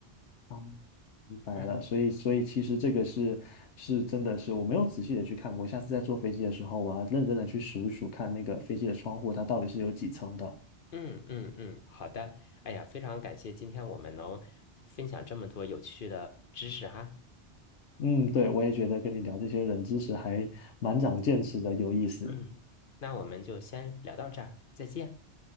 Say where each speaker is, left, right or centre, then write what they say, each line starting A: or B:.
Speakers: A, on the left; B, on the left.
A: 哦明白了，
B: 嗯
A: 所以所以其实这个是是真的是我没有仔细的去看过，下次在坐飞机的时候，我要认真的去数一数，看那个飞机的窗户它到底是有几层的。
B: 嗯嗯嗯，好的。哎呀，非常感谢今天我们能分享这么多有趣的知识哈。
A: 嗯，对，我也觉得跟你聊这些冷知识还蛮长见识的，有意思。
B: 嗯，那我们就先聊到这儿，再见。